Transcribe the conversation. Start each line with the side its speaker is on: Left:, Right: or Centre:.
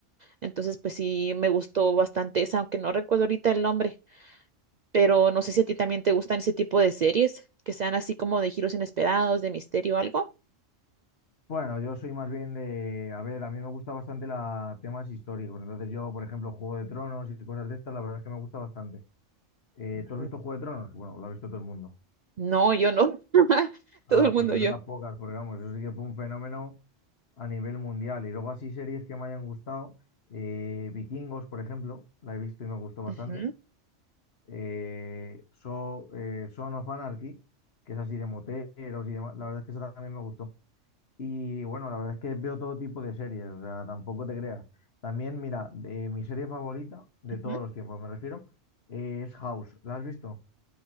Right: Entonces, pues sí, me gustó bastante esa, aunque no recuerdo ahorita el nombre, pero no sé si a ti también te gustan ese tipo de series, que sean así como de giros inesperados, de misterio o algo.
Left: Bueno, yo soy más bien de, a ver, a mí me gusta bastante la, temas históricos, entonces yo, por ejemplo, Juego de Tronos y cosas de estas, la verdad es que me gusta bastante. Eh,
Right: Ujú.
Left: ¿tú has visto Juego de Tronos? Bueno, lo ha visto todo el mundo.
Right: No, yo no, <laughs> todo
Left: Ah,
Right: el mundo
Left: pues es
Right: yo.
Left: de las pocas, porque vamos, eso sí que fue un fenómeno a nivel mundial. Y luego así series que me hayan gustado, eh, Vikingos, por ejemplo, la he visto y me gustó bastante.
Right: Ujú,
Left: Eh, so, eh, Son of Anarchy, que es así de moteros y demás, la verdad es que esa también me gustó. Y bueno, la verdad es que veo todo tipo de series, o sea, tampoco te creas. También, mira, de mi serie favorita de todos
Right: ujú.
Left: los tiempos, me refiero, eh, es House. ¿La has visto?